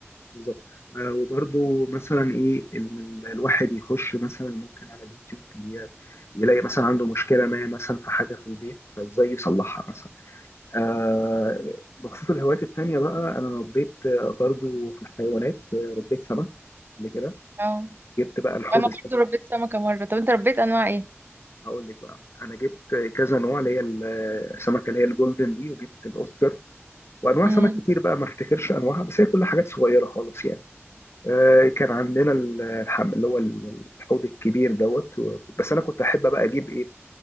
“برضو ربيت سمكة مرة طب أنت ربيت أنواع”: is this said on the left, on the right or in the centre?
Right